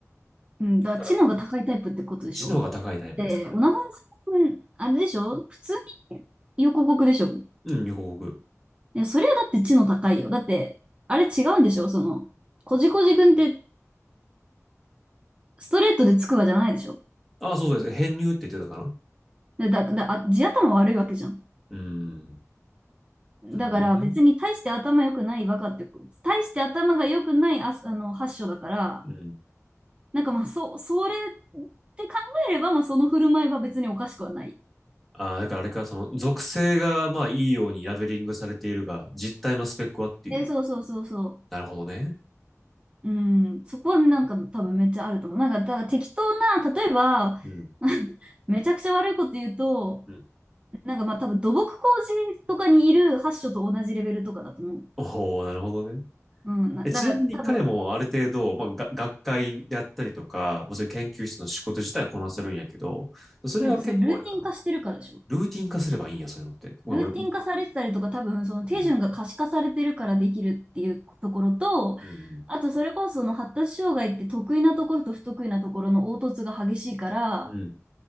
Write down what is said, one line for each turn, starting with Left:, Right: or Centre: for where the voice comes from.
Right: うん、だから知能が高いタイプってことでしょ。
Centre: だから、知能が高いタイプです、
Right: で、
Centre: 彼は。
Right: オナホンさん、あれでしょ普通に横国でしょ
Centre: うん、横国。
Right: いや、それはだって知能高いよ。だって、あれ違うんでしょその、こじこじくんってストレートでつくばじゃないでしょ
Centre: あ、そうそうです。編入って言ってたかな
Right: だ、でだ、だ、あ地頭悪いわけじゃん。
Centre: うん。なるほどね。
Right: だから別に大して頭良くないバカってこ、大して頭が良くないあ、あの発祥だから、
Centre: うん。
Right: なんかまあ、そ、それって考えれば、まあその振る舞いは別におかしくはない。
Centre: ああ、だからあれか、その、属性が、まあ、いいようにラベリングされているが、実態のスペックはっていう。
Right: え、そうそうそうそう。
Centre: なるほどね。
Right: うん、そこはなんか多分めっちゃあると思う。なんか、だから適当な、例えば、
Centre: うん。
Right: <laughs> めちゃくちゃ悪いこと言うと、
Centre: うん。
Right: なんかまあ多分土木工事とかにいる発所と同じレベルとかだと思う。
Centre: おお、なるほどね。
Right: うん、なだから多分、
Centre: え、ちなみに彼もある程度、まあ、が学会であったりとか、まあ、そういう研究室の仕事自体はこなせるんやけど、それは結構あれかな。
Right: だからそれルーティン化してるからでしょ。
Centre: ルーティン化すればいいんや、そういうのって。ごめん、
Right: ルーティン化されてたりとか、
Centre: 俺、う
Right: 多分その手順が可視化されてるからできるっていうところと、
Centre: ん、うん、
Right: あとそれこそその発達障害って得意なところと不得意なところの凹凸が激しいから、
Centre: うん、うん、